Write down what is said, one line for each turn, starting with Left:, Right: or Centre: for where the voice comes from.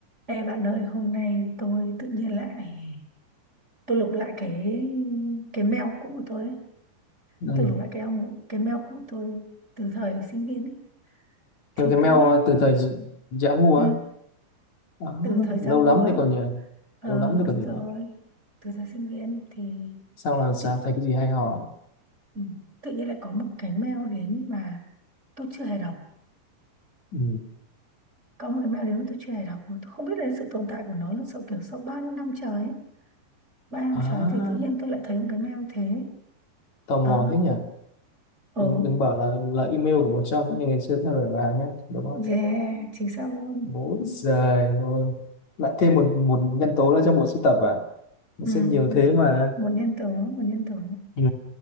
Right: Ê bạn ơi, hôm nay tôi tự nhiên lại tôi lục lại cái cái mail cũ của tôi ấy.
Left: ừ.
Right: Tôi lục lại cái ông cái mail cũ của tôi từ thời sinh viên ấy. Thì
Left: Theo cái mail
Right: tự nhiên
Left: ờ, từ thời Yahoo
Right: ừ,
Left: á Đó,
Right: từ thời
Left: lâu
Right: Yahoo
Left: lắm
Right: á.
Left: thì còn nhỉ
Right: Ờ
Left: lâu lắm thì
Right: đúng
Left: còn gì
Right: rồi.
Left: nữa
Right: Từ thời sinh viên thì
Left: sao là sao
Right: tự
Left: thấy cái gì hay ho à?
Right: ừ, tự nhiên lại có một cái mail đến mà tôi chưa hề đọc.
Left: ừ.
Right: Có một cái mail đến mà tôi chưa hề đọc mà tôi không biết đến sự tồn tại của nó là sau kiểu sau bao nhiêu năm trời ấy. Ba năm
Left: à,
Right: trời thì tự nhiên tôi lại thấy một cái mail như thế.
Left: tò
Right: À,
Left: mò thế nhỉ
Right: ồ
Left: đừng, đừng bảo là là email của một trong những người ngày xưa theo đuổi bà nhé đúng không
Right: Yeah, chính xác luôn.
Left: ôi giời ơi lại thêm một một nhân tố nữa trong bộ sưu tập à nó
Right: Ừ,
Left: sẽ nhiều
Right: một,
Left: thế mà
Right: một nhân tố, một nhân tố.
Left: ừ.